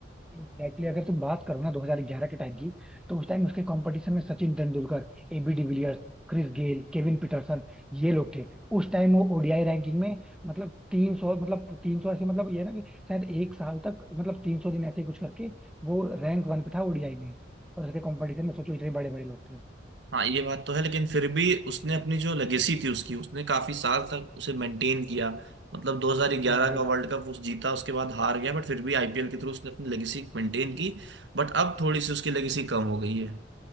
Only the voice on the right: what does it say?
हाँ ये बात तो है लेकिन फिर भी उसने अपनी जो लेगेसी थी उसकी उसने काफी साल तक उसे मेंटेन किया मतलब 2011
का
वर्ल्ड कप उस जीता उसके बाद हार गया बट फिर भी आईपीएल के थ्रू उसने अपनी लेगेसी मेंटेन की बट अब थोड़ी सी उसकी लेगेसी कम हो गई है